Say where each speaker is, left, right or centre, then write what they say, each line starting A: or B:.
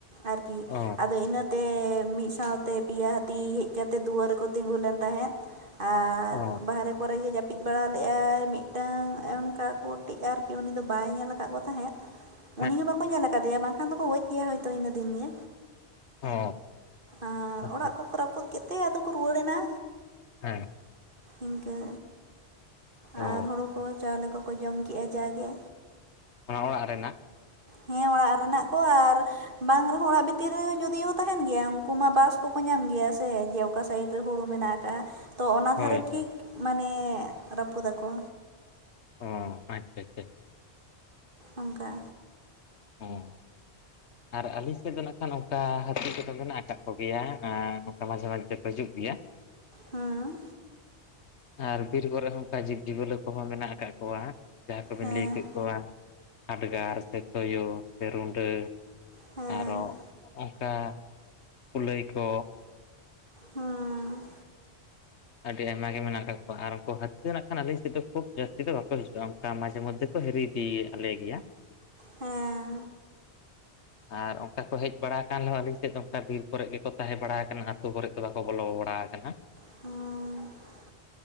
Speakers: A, on the right (about 50°); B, on the left (about 90°).
A: ᱟᱨᱠᱤ
B: ᱚ
A: ᱟᱫᱚ ᱤᱱᱟᱹᱛᱮ ᱢᱤᱫ ᱥᱟᱶ ᱛᱮ ᱯᱮᱭᱟ ᱦᱟᱹᱛᱤ ᱦᱮᱡ ᱠᱟᱛᱮ ᱫᱩᱣᱟᱹᱨ ᱨᱮᱠᱚ ᱛᱤᱸᱜᱩ ᱞᱮᱱ ᱛᱟᱦᱮᱸᱫ ᱟᱨ
B: ᱚ
A: ᱵᱟᱦᱨᱮ ᱠᱚᱨᱮ ᱜᱮ ᱡᱟᱹᱯᱤᱫ ᱵᱟᱲᱟ ᱞᱮᱜᱟᱭ ᱢᱤᱫᱴᱟᱝ ᱚᱱᱠᱟ <unintelligible> ᱟᱨᱠᱤ ᱩᱱᱤ ᱫᱚ ᱵᱟᱭ ᱧᱮᱞ ᱟᱠᱟᱫ ᱠᱚ ᱛᱟᱦᱮᱸᱫ
B: <inaudible>
A: ᱩᱱᱤ ᱦᱚᱸ ᱵᱟᱠᱚ ᱧᱮᱞ ᱠᱟᱫᱮᱭᱟ ᱵᱟᱝᱠᱷᱟᱱ ᱫᱚᱠᱚ ᱜᱚᱡ ᱠᱮᱭᱟ ᱤᱱᱟᱹ ᱫᱤᱱ ᱜᱮ
B: ᱚ
A: ᱟᱨ
B: ᱟᱪᱪᱷᱟ
A: ᱚᱲᱟᱜ ᱠᱚᱠᱚ ᱨᱟᱹᱯᱩᱫ ᱠᱮᱫ ᱛᱮ ᱟᱫᱚ ᱠᱚ ᱨᱩᱣᱟᱹᱲ ᱮᱱᱟ
B: ᱦᱮᱸ
A: ᱤᱱᱠᱟᱹ ᱟᱨ
B: ᱚ
A: ᱦᱳᱲᱳ ᱠᱚ ᱪᱟᱣᱞᱮ ᱠᱚᱠᱚ ᱡᱚᱢ ᱠᱮᱜᱼᱟ ᱡᱟᱜᱮ
B: ᱚᱱᱟ ᱚᱲᱟᱜ ᱨᱮᱱᱟᱜ
A: ᱦᱮᱸ ᱚᱲᱟᱜ ᱨᱮᱱᱟᱜ ᱠᱚ ᱟᱨ ᱵᱟᱝ ᱨᱮᱦᱚᱸ ᱚᱲᱟᱜ ᱵᱷᱤᱛᱤᱨ ᱨᱮ ᱡᱩᱫᱤᱭ ᱛᱟᱦᱮᱱ ᱜᱮᱭᱟ ᱩᱱᱠᱩ ᱢᱟ ᱵᱟᱥ ᱠᱚ ᱠᱚ ᱧᱟᱢ ᱜᱮᱭᱟ ᱥᱮ ᱡᱮ ᱚᱠᱟ ᱥᱟᱭᱤᱰ ᱨᱮ ᱦᱩᱲᱩ ᱢᱮᱱᱟᱜ ᱠᱟᱜᱼᱟ ᱛᱚ ᱚᱱᱟ
B: ᱦᱳᱭ
A: ᱫᱷᱟᱨᱮ ᱴᱷᱤᱠ
B: ᱦᱳᱭ
A: ᱢᱟᱱᱮ ᱨᱟᱹᱯᱩ ᱫᱟᱠᱚ
B: ᱚ ᱟᱪᱪᱷᱟ ᱟᱪᱪᱷᱟ ᱟᱪᱪᱷᱟ
A: ᱚᱝᱠᱟ
B: ᱚ ᱟᱨ ᱟᱹᱞᱤᱧ ᱥᱮᱫ ᱫᱚ ᱱᱟᱠᱷᱟᱱ ᱚᱱᱠᱟ ᱦᱟᱹᱛᱤ ᱠᱚᱫᱚ ᱢᱮᱱᱟᱜ ᱟᱠᱟᱫ ᱠᱚᱜᱮᱭᱟ ᱚᱱᱠᱟ ᱢᱟᱡᱷᱮ ᱢᱟᱡᱷᱮ ᱠᱚ ᱦᱤᱡᱩᱜ ᱜᱮᱭᱟ
A: ᱦᱩᱸ
B: ᱟᱨ ᱵᱤᱨ ᱠᱚᱨᱮ ᱦᱚᱸ ᱚᱱᱠᱟ ᱡᱤᱵᱽ ᱡᱤᱭᱟᱹᱞᱤ ᱠᱚᱦᱚᱸ ᱢᱮᱱᱟᱜ ᱟᱠᱟᱜ ᱠᱚᱣᱟ ᱡᱟᱦᱟᱸ ᱠᱚᱵᱤᱱ
A: ᱦᱮᱸ
B: ᱞᱟᱹᱭ ᱠᱮᱫ ᱠᱚᱣᱟ ᱦᱟᱰᱜᱟᱨ ᱥᱮ ᱛᱳᱭᱳ ᱥᱮ ᱨᱩᱸᱰᱟᱹ
A: ᱦᱮᱸ
B: ᱟᱨᱚ ᱚᱝᱠᱟ ᱠᱩᱞᱟᱹᱭ ᱠᱚ
A: ᱦᱩᱸ
B: ᱟᱹᱰᱤ ᱟᱭᱢᱟ ᱜᱮ ᱢᱮᱱᱟᱜ ᱠᱟᱜ ᱠᱚᱣᱟ ᱟᱨ ᱩᱱᱠᱩ ᱦᱟᱹᱛᱤ ᱱᱟᱜᱠᱷᱟᱱ ᱟᱞᱤᱧ ᱥᱮᱫ ᱫᱚ ᱠᱷᱩᱵ ᱡᱟᱹᱥᱛᱤ ᱫᱚ ᱵᱟᱠᱚ ᱦᱤᱡᱩᱜᱼᱟ ᱚᱱᱠᱟ ᱢᱟᱡᱮ ᱢᱚᱫᱽᱫᱷᱮ ᱦᱤᱨᱤ ᱤᱫᱤᱭᱟᱞᱮ ᱜᱮᱭᱟ
A: ᱦᱮᱸ
B: <inaudible> ᱟᱨ ᱚᱱᱠᱟ ᱠᱚ ᱦᱮᱡ ᱵᱟᱲᱟ ᱟᱠᱟᱱ ᱨᱮᱦᱚᱸ ᱟᱹᱞᱤᱧ ᱥᱮᱫ ᱫᱚ ᱚᱱᱠᱟ ᱵᱤᱨ ᱠᱚᱨᱮ ᱜᱮᱠᱚ ᱛᱟᱦᱮᱸ ᱵᱟᱲᱟ ᱟᱠᱟᱱᱟ ᱟᱛᱳ ᱠᱚᱨᱮᱫ ᱫᱚ ᱵᱟᱠᱚ ᱵᱚᱞᱚ ᱵᱟᱲᱟ ᱟᱠᱟᱱᱟ᱾
A: ᱚᱻ